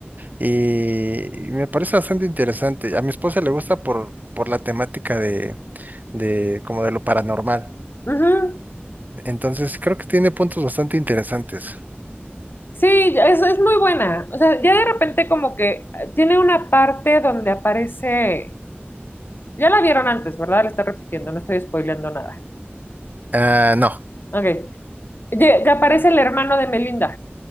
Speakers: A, on the right; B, on the left.
A: Y me parece bastante interesante. A mi esposa le gusta por, por la temática de, de como de lo paranormal.
B: Ujú.
A: Entonces creo que tiene puntos bastante interesantes.
B: Sí, ya- es, es muy buena. O sea, ya de repente como que eh, tiene una parte donde aparece, ya la vieron antes, ¿verdad? La está repitiendo, no estoy spoileando nada.
A: Ah, no.
B: Ok. Ye- Que aparece el hermano de Melinda.